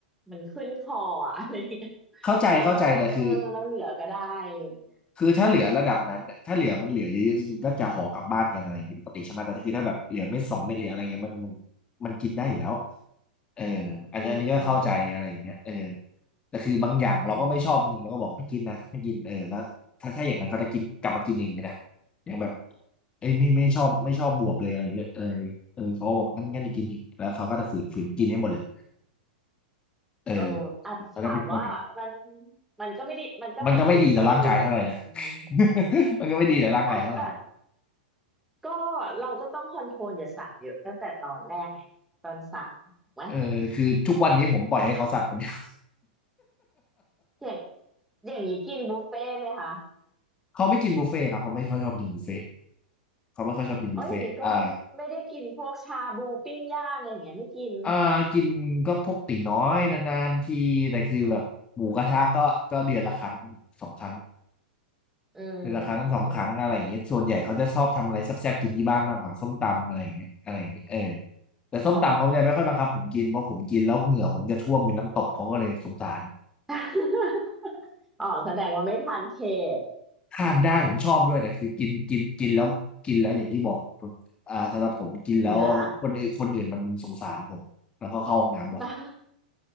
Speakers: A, in the centre; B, on the left.
A: มันขึ้นคออะอะไรอย่างเงี้ย
B: เข้าใจเข้าใจแต่คือ
A: เราก็ต้องบอกว่าเออเราเหลือก็ได้อะไรอย่างเงี้ย
B: คือถ้าเหลือระดับนั้นเนี่ยถ้าเหลือมันเหลือเยอะๆจริงๆก็จะห่อกลับบ้านกันอะไรอย่างนี้ปกติใช่ไหมแต่ถ้าคือถ้าแบบเหลือเม็ดสองเม็ดเหลืออะไรเงี้ยมันมันมันกินได้อยู่แล้วเอออันนี้อันนี้ก็เข้าใจอะไรอย่างเงี้ยเออ
A: อืม
B: แต่คือบางอย่างเราก็ไม่ชอบจริงๆเราก็บอกไม่กินนะไม่กินเออแล้วถ้าถ้าอย่างนั้นเขาจะกินกลับมากินเองเลยนะ
A: อืม
B: อย่างแบบเอ้ยไม่ไม่ชอบไม่ชอบบวบเลยอะไรเงี้ยเออเออเขาก็บอกงั้นงั้นจะกินอีกแล้วเขาก็จะฝืนฝืนกินให้หมดเลยเออ
A: เอออาจจะถามว่ามัน
B: เขาจะเป็นคนเอง
A: มันก็ไม่ได้มันก็เป็นสิ่งที่ดีแหละแต่อืม
B: มันก็ไม่ดีต่อร่างกายเท่าไหร่นะ <laughs> มันก็ไม่ดีต่อร่างกายเท่าไหร่
A: เอ้าแต่ก็เราก็ต้องคอนโทรลอย่าสั่งเยอะตั้งแต่ตอนแรกไงตอนสั่งถูกไหม
B: เออคือทุกวันนี้ผมปล่อยให้เขาสั่งคนเดียว
A: อย่างอย่างนี้กินบุฟเฟ่ต์ไหมคะ
B: <laughs> เขาไม่กินบุฟเฟ่ต์ครับเขาไม่ค่อยชอบกินบุฟเฟ่ต์เขาไม่ค่อยชอบกินบุฟเฟ่ต์อ่า
A: เอ๋ออย่างนี้ก็ไม่ได้กินพวกชาบูปิ้งย่างอะไรอย่างเงี้ยไม่กิน
B: อ่ากินก็พวกตี๋น้อยนานๆทีแต่คือแบบหมูกระทะก็ก็เดือนละครั้งสองครั้ง
A: อืม
B: เดือนละครั้งสองครั้งอะไรอย่างเงี้ยส่วนใหญ่เขาจะชอบทำอะไรแซ่บๆกินที่บ้านมากกว่าส้มตำอะไรอย่างเงี้ยอะไรอย่างเงี้ยเออ
A: อืมอืม
B: แต่ส้มตำเขาจะไม่ค่อยบังคับผมกินเพราะผมกินแล้วเหงื่อผมจะท่วมเป็นน้ำตกเขาก็เลยสงสาร
A: อ๋อ <laughs> อ๋อแสดงว่าไม่ทานเผ็ด
B: ทานได้ผมชอบด้วยแต่คือกินกินกินแล้วกินแล้วอย่างที่บอกผมอ่าสำหรับผมกินแล้วคนอื่นคนอื่นมันสงสารผมแล้วก็เข้าห้องน้ำบ่อย
A: เหนือ <laughs>